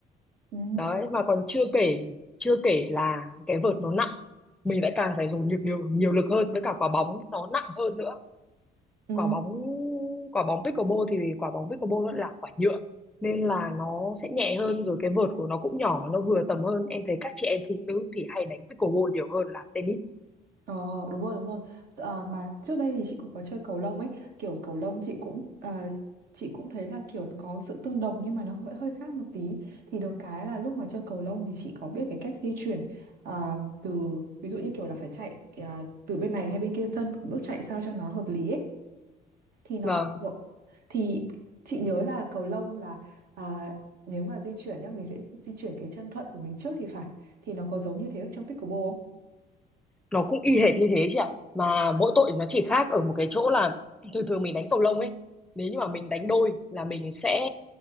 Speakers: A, on the right; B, in the centre.
A: ừ
B: đấy mà còn chưa kể chưa kể là cái vợt nó nặng mình lại càng phải dùng nhiều nhiều nhiều lực hơn với cả quả bóng nó nặng hơn nữa
A: ừ
B: quả bóng quả bóng pickleball thì quả bóng pickleball nó là quả nhựa nên là nó sẽ nhẹ hơn rồi cái vợt của nó cũng nhỏ nó vừa tầm hơn em thấy các chị em phụ nữ thì hay đánh pickleball nhiều hơn là tennis
A: Ờ đúng rồi đúng rồi Ờ, mà trước đây thì chị cũng có chơi cầu lông ấy kiểu cầu lông chị cũng ờ, chị cũng thấy là kiểu nó có sự tương đồng nhưng mà nó vẫn hơi khác một tí thì được cái là lúc mà chơi cầu lông thì chị có biết cái cách di chuyển ờ, từ ví dụ như kiểu là phải chạy ờ, từ bên này hay bên kia sân bước chạy sao cho nó hợp lý ấy thì nó
B: vâng
A: rộ- thì chị nhớ là cầu lông là à, nếu mà di chuyển nhá mình sẽ di chuyển cái chân thuận của mình trước thì phải thì nó có giống như thế ở trong pickleball không?
B: nó cũng y hệt như thế chị ạ mà mỗi tội nó chỉ khác ở một cái chỗ là thường thường mình đánh cầu lông ấy nếu như mà mình đánh đôi là mình sẽ